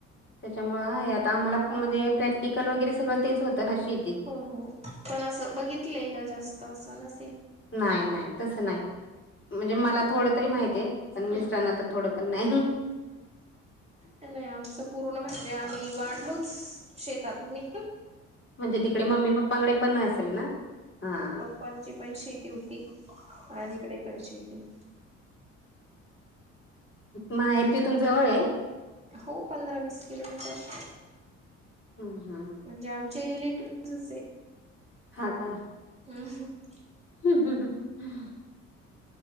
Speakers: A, on the left (about 30°); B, on the right (about 15°).
A: त्याच्यामुळे आहे आता आम्हाला
B: हा
A: म्हणजे
B: मग
A: प्रॅक्टिकल वगैरे सगळं तेच होतं ना शी
B: हो हो, पण असं बघितलेलं जास्त असं नसेल.
A: नाय नाय तसं नाय म्हणजे मला थोडं तरी माहितीये पण मिस्टरांना
B: हम्म.
A: तर थोडं पण नाही
B: नाय नाय आमचं पूर्ण म्हणजे आम्ही वाढलोच शेतातूनये.
A: म्हणजे तिकडे मम्मी पप्पांकडे पण असेल ना? हा.
B: पणची पण शेती होती आणि इकडे पण शेती.
A: माहेर तिथून जवळये.
B: हो पंधरा वीस किलोमीटर.
A: हम्म हा हा.
B: म्हणजे आमचे रिलेटिव्हझच ये.
A: हा का?
B: <unintelligible>
A: <unintelligible>